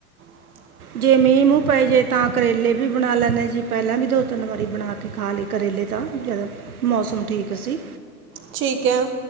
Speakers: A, on the right; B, on the right.
A: <unintelligible>
B: ਜੇ ਮੀਂਹ -ਮੂੰਹ ਪੈ ਜੇ ਤਾਂ ਕਰੇਲੇ ਵੀ ਬਣਾ ਲੈਂਦੇ ਜੀ। ਪਹਿਲਾਂ ਵੀ ਦੋ -ਤਿੰਨ ਵਾਰੀ ਬਣਾ ਕੇ ਖਾ ਲਏ ਕਰੇਲੇ ਤਾਂ ਜਿਆਦਾ ਮੌਸਮ ਠੀਕ ਸੀ।
A: ਠੀਕ ਹੈ।